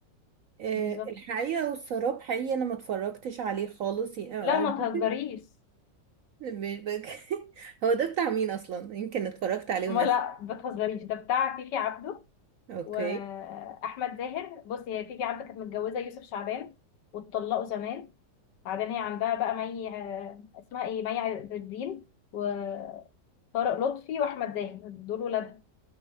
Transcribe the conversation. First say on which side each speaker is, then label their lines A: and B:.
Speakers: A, on the right; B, on the left.
A: آه،
B: بالظبط
A: الحقيقة والسراب حقيقي أنا ما اتفرجتش عليه خالص ي- أو
B: لا
A: أو
B: ما
A: ممكن
B: تهزريش
A: مش بك... <laughs> هو ده بتاع مين أصلا يمكن اتفرجت عليه
B: ما
A: وناسي
B: لا ما تهزريش ده بتاع فيفي عبده
A: أوكي
B: واحمد زاهر بصي هي فيفي عبده كانت متجوزه يوسف شعبان واتطلقوا زمان بعدين هي عندها بقى مي آه، اسمها ايه مي عز الدين وطارق لطفي واحمد زاهر دول ولاد